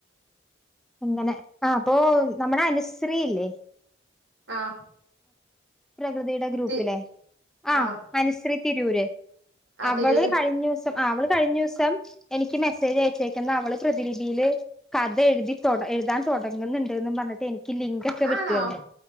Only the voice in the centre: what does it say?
അങ്ങനെ ആ അപ്പൊ നമ്മുടെ അനസ്രില്ലേ
പ്രകൃതിയുടെ ഗ്രൂപ്പിലെ
ആ
അനുസ്രീ തിരൂര്
അവള്
കഴിഞ്ഞൂസം ആ അവള് കഴിഞ്ഞൂസം എനിക്ക് മെസ്സേജ് അയച്ച് തേക്കുന്ന അവള് പ്രതിലിപിയില് കഥ എഴുതി തൊട എഴുതാൻ തൊടങ്ങുന്നുണ്ട്ന്ന് പറഞ്ഞിട്ട് എനി ക്ക് ലിങ്കൊക്കെ വിട്ട്
തന്ന്‌